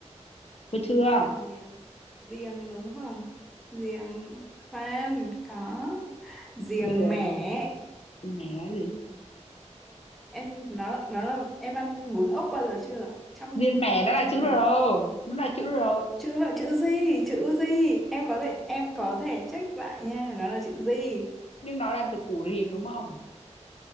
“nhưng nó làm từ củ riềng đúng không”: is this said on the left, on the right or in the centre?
Left